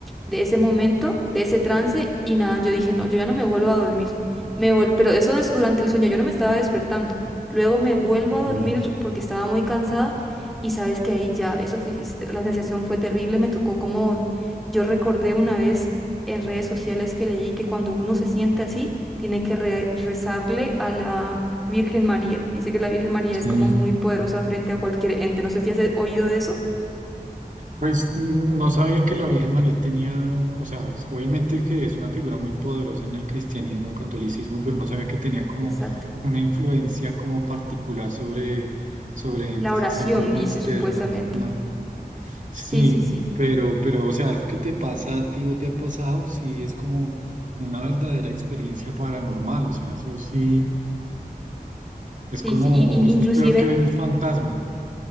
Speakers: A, in the centre; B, on the right (about 50°).
A: de ese momento, de ese trance, y nada, yo dije, no, yo ya no me vuelvo a dormir. Me vol- Pero eso es durante el sueño, yo no me estaba despertando. Luego me vuelvo a dormir
B: sí,
A: porque estaba muy cansada y sabes que ahí ya, eso fue, la sensación fue terrible, me tocó como, yo recordé una vez en redes sociales que leí que cuando uno se siente así, tiene que re- rezarle a la Virgen María. Dice que la Virgen María
B: sí.
A: es como muy poderosa frente a cualquier ente. No sé si has eh, oído de eso.
B: Pues mm, no sabía que la Virgen María tenía, o sea, obviamente que es una figura muy poderosa en el cristianismo, catolicismo, pero no sabía que tenía como
A: Exacto.
B: una influencia como particular sobre, sobre entes
A: La oración,
B: así como
A: dice
B: externos.
A: supuestamente.
B: La, sí,
A: Sí, sí, sí.
B: pero, pero, o sea, eso que te pasa a ti o te ha pasado, sí es como una verdadera experiencia paranormal, o sea, eso sí es
A: Sí,
B: como,
A: sí. Y, y-
B: eso
A: inclusive
B: es peor que ver un fantasma.